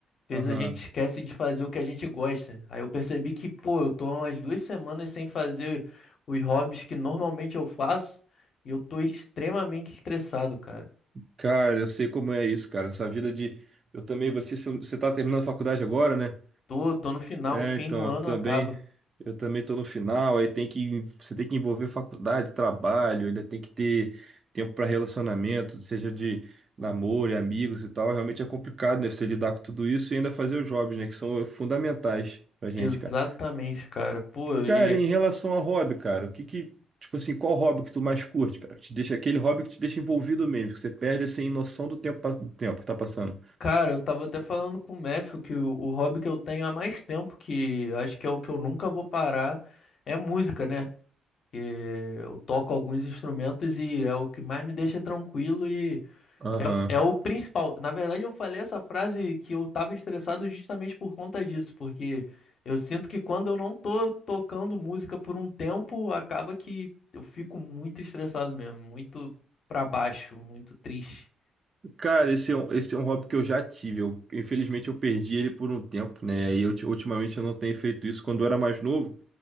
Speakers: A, on the left; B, on the right.
A: fez
B: Aham.
A: a gente esquece de fazer o que a gente gosta. Aí eu percebi que, pô, eu tô há umas duas semanas sem fazer os hobbies que normalmente eu faço e eu tô extremamente estressado, cara.
B: Cara, eu sei como é isso, cara. Essa vida de. Eu também, você, você tá terminando a faculdade agora, né?
A: Tô, tô no final,
B: É,
A: fim
B: então,
A: do ano
B: eu também.
A: acaba.
B: Eu também tô no final, aí tem que. Você tem que envolver faculdade, trabalho, ainda tem que ter tempo para relacionamento, seja de namoro, e amigos e tal. Realmente é complicado, né? Você lidar com tudo isso e ainda fazer os jobs, né? Que são fundamentais pra gente,
A: Exatamente,
B: cara.
A: cara. Pô,
B: Cara,
A: e
B: em relação a hobby, cara, o que que, tipo assim, qual hobby que tu mais curte, cara? Que te deixa aquele hobby que te deixa envolvido mesmo, que você perde assim noção do tempo, pa- do tempo que tá passando.
A: Cara, eu tava até falando com o Matthew que o, o hobby que eu tenho há mais tempo, que acho que é o que eu nunca vou parar, é música, né? Que eu toco alguns instrumentos e é o que mais me deixa tranquilo e
B: Aham.
A: é, é o principal. Na verdade, eu falei essa frase que eu tava estressado justamente por conta disso, porque eu sinto que quando eu não tô tocando música por um tempo, acaba que eu fico muito estressado mesmo, muito pra baixo, muito triste.
B: Cara, esse é um, esse é um hobby que eu já tive. Eu, infelizmente eu perdi ele por um tempo, né? E eu, ti- ultimamente eu não tenho feito isso. Quando eu era mais novo,